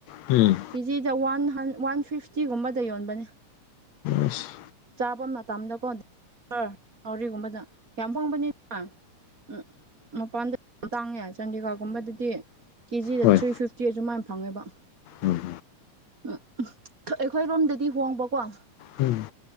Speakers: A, on the left (about 70°); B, on the right (about 25°).
A: ꯎꯝ
B: ꯀꯦꯖꯤꯗ ꯋꯥꯟ ꯋꯥꯟ ꯐꯤꯐꯇꯤꯒꯨꯝꯕꯗ ꯌꯣꯟꯕꯅꯦ
A: ꯑꯁ
B: ꯆꯥꯕ ꯃꯇꯝꯗꯀꯣ ꯁꯥꯔ ꯅꯧꯔꯤꯒꯨꯝꯕꯗ ꯌꯥꯝ ꯍꯣꯡꯕꯅꯦꯕꯥ ꯎꯝ ꯃꯄꯥꯟꯗ ꯇꯥꯡꯉꯦ ꯆꯥꯟꯗꯤꯒꯔꯒꯨꯝꯕꯗꯗꯤ ꯀꯦꯖꯤꯗ
A: ꯍꯣꯏ
B: ꯊ꯭ꯔꯤ ꯐꯤꯐꯇꯤ ꯁꯨꯃꯥꯏꯅ ꯐꯪꯉꯦꯕ
A: ꯎꯝ
B: ꯎꯝ ꯑꯩꯈꯣꯏ ꯔꯣꯝꯗꯗꯤ ꯍꯣꯡꯕꯀꯣ
A: ꯎꯝ